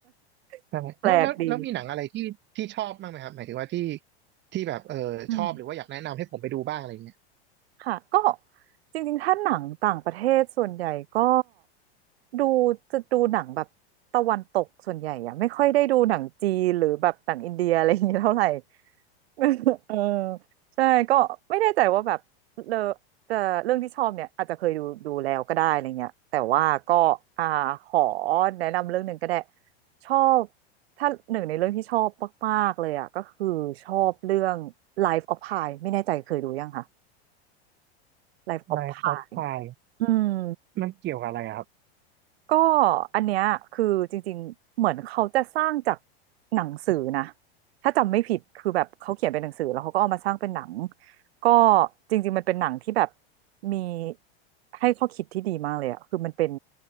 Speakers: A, on the right (about 70°); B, on the right (about 35°).
A: <laughs>
B: ใช่แล้วแล้วแล้วมีหนังอะไรที่ที่ชอบบ้างไหมครับหมายถึงว่าที่
A: แปลกดี
B: ที่แบบเออชอบหรือว่าอยากแนะนำให้ผมไปดูบ้างอะไรอย่างเงี้ย
A: อืม ค่ะก็จริงๆถ้าหนังต่างประเทศส่วนใหญ่ก็ดูจะดูหนังแบบตะวันตกส่วนใหญ่อะไม่ค่อยได้ดูหนังจีนหรือแบบหนังอินเดียอะไรอย่างเงี้ยเท่าไหร่ <laughs> เออใช่ก็ไม่แน่ใจว่าแบบเลอจะเรื่องที่ชอบเนี่ยอาจจะเคยดูดูแล้วก็ได้อะไรเงี้ยแต่ว่าก็อ่าขอแนะนำเรื่องหนึ่งก็ได้ชอบถ้าหนึ่งในเรื่องที่ชอบมากๆเลยอะก็คือชอบเรื่อง Life of Pi ไม่แน่ใจเคยดูยังคะ Life
B: Life
A: of Pi
B: of Pi
A: อืม
B: มันเกี่ยวกับอะไรอะครับ
A: ก็อันเนี้ยคือจริงๆ เหมือนเขาจะสร้างจากหนังสือนะถ้าจำไม่ผิดคือแบบเขาเขียนเป็นหนังสือแล้วเขาก็เอามาสร้างเป็นหนังก็จริงๆมันเป็นหนังที่แบบมีให้ข้อคิดที่ดีมากเลยอะคือมันเป็น